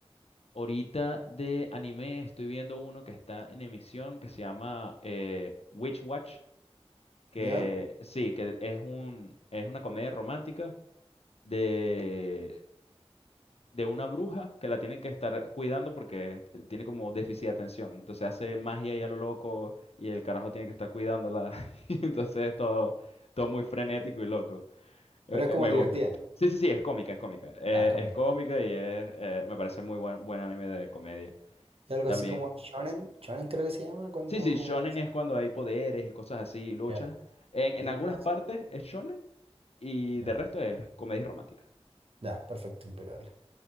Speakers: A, on the left; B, on the right.
A: Ahorita de anime estoy viendo uno que está en emisión que se llama eh, Witch Watch, que
B: ¿Ya?
A: sí, que es un, es una comedia romántica de de una bruja que la tienen que estar cuidando porque eh, tiene como déficit de atención. Entonces hace magia y a lo loco y el carajo tiene que estar cuidándola. <laughs> Y entonces es todo, todo muy frenético y loco. Eh,
B: Pero es
A: eh,
B: como
A: me
B: divertida.
A: gusta. Sí, sí, sí, es cómica, es cómica. Eh,
B: Ya, es cómica.
A: es cómica y es, eh, me parece muy buen, buen anime de comedia
B: Y algo
A: también.
B: así como shonen, shonen creo que se llama, cuando...
A: Sí, sí, shonen
B: Como...
A: es cuando hay poderes y cosas así, luchas.
B: Ya.
A: En,
B: Y
A: en
B: algunas...
A: algunas partes es shonen y
B: Ya.
A: de resto es comedia romántica.
B: Ya, perfecto, impecable.